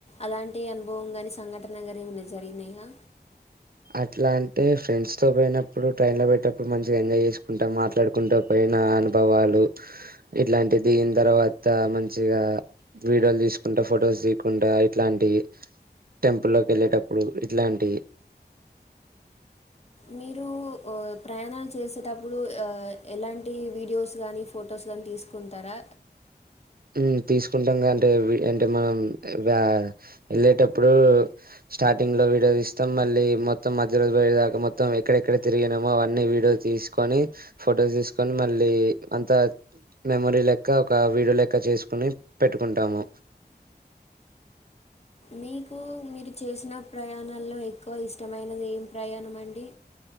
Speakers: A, on the left; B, on the right.
A: అలాంటి అనుభవం గానీ సంఘటన కానీ ఏమన్న జరిగినయా
B: అట్లా అంటే ఫ్రెండ్స్తో పోయినప్పుడు ట్రైన్ లో పోయేటప్పుడు మంచిగా ఎంజాయ్ చేసుకుంట మాట్లాడుకుంట పోయిన. అనుభవాలు ఇట్లాంటి దిగిన తర్వాత మంచిగా వీడియోలు తీసుకుంట ఫొటోస్ దిగ్కుంట ఇట్లాంటీ టెంపుల్లోకి ఎళ్ళేటప్పుడు ఇట్లాంటీ
A: మీరు ఆ ప్రయాణల్ చేసేటప్పుడు ఆ ఎలాంటి వీడియోస్ గానీ ఫొటోస్ గాని తీసుకుంటారా
B: మ్మ్ తీసుకుంటంగ అంటే అవి అంటే మనం వా ఎళ్ళేటప్పుడు. స్టార్టింగ్ లో వీడియోస్ తీస్తం మళ్ళీ మొత్తం మధ్య రోజు బోయే దాకా మొత్తం ఎక్కడెక్కడ తిరిగినమో అవన్ని వీడియో తీ తీస్కొని ఫొటోస్ తీస్కొని మళ్ళీ అంత మెమోరీ లెక్క ఒక విడియో లె క్క చేస్కుని పెట్టుకుంటాము.
A: మీకు మీరు చేసిన ప్రయాణాల్లో ఎక్కువ ఇష్టమైనది ఏం ప్రయాణం అండి